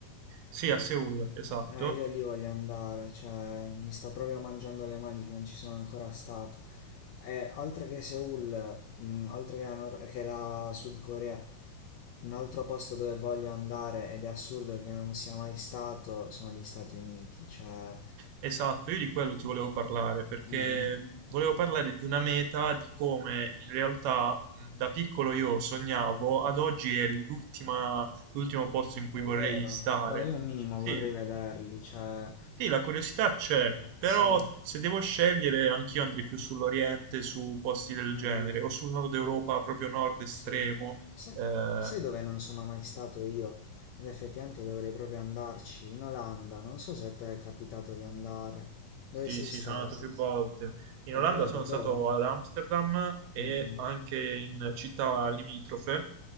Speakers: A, on the right; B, on the left.
A: Sì, a Seoul, esatto.
B: Eh, io lì voglio andare, cioè mi sto proprio mangiando le mani che non ci sono ancora stato. E oltre che Seoul, mm, oltre che la, Nor- che la Sud Corea, un altro posto dove voglio andare ed è assurdo che non sia mai stato sono gli Stati Uniti, cioè...
A: Esatto, io di quello ti volevo parlare perché
B: mm, mm.
A: volevo parlare di una meta di come in realtà mh, da piccolo io sognavo, ad oggi è l'ultima- l'ultimo posto in cui
B: È
A: vorrei
B: vero,
A: stare.
B: boh, io un minimo
A: Sì,
B: vorrei vederli, cioè,
A: sì, la curiosità c'è, però
B: sì,
A: se devo scegliere anch'io andrei più sull'Oriente, su posti del
B: mm,
A: genere,
B: mm,
A: o sul nord Europa, proprio nord estremo,
B: sì. Sai,
A: eh,
B: sai dove non sono mai stato io? Ed effettivamente dovrei proprio andarci, in Olanda, non so se a te è capitato di andare. Dove
A: Sì,
B: sei
A: sì,
B: stato?
A: sono andato più volte. In
B: È
A: Olanda
B: vero,
A: sono
B: dove?
A: stato ad Amsterdam e
B: Mm, mm.
A: anche in città limitrofe